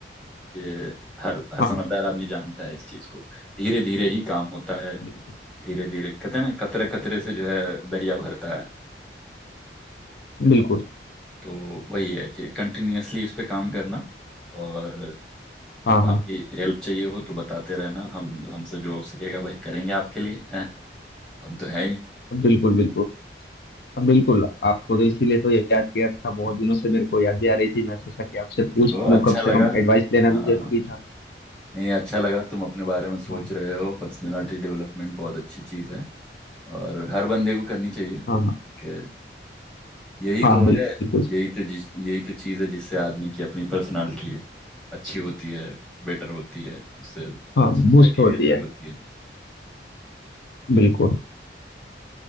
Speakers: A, in the centre; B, on the left.
A: ये हर हर
B: हाँ
A: समझदार आदमी जानता है इस चीज को धीरे धीरे ही काम होता है
B: बिल्कुल
A: धीरे धीरे कहते हैं ना कतरे कतरे से जो है दरिया भरता है
B: बिल्कुल
A: तो वही है कि कंटिन्यूअसली इस पे काम करना और
B: हाँ
A: बाकी
B: हाँ
A: हेल्प चाहिए हो तो बताते रहना हम हमसे जो हो सकेगा भाई करेंगे आपके लिए हैं हम तो है ही
B: बिल्कुल बिल्कुल अब बिल्कुल आपको तो इसीलिए तो याद किया था बहुत दिनों से मेरे को याद भी आ रही थी मैं सोचा कि आपसे पूछ
A: चलो
B: लूँ
A: अच्छा
B: कम से
A: लगा
B: कम एडवाइस लेना
A: हाँ
B: भी जरूरी था
A: नहीं अच्छा लगा तुम अपने बारे में सोच
B: हाँ
A: रहे हो पर्सनालिटी डेवलपमेंट बहुत अच्छी चीज़ है और हर बंदे को करनी चाहिए
B: हाँ हाँ
A: कि यही
B: हाँ
A: तो
B: बिल्कुल
A: है यही तो जिस यही तो चीज़ है जिससे आदमी की अपनी पर्सनालिटी अच्छी होती है बेटर होती है उससे
B: हाँ
A: सोसाइटी
B: बूस्ट होती
A: भी अच्छी
B: है
A: होती है
B: बिल्कुल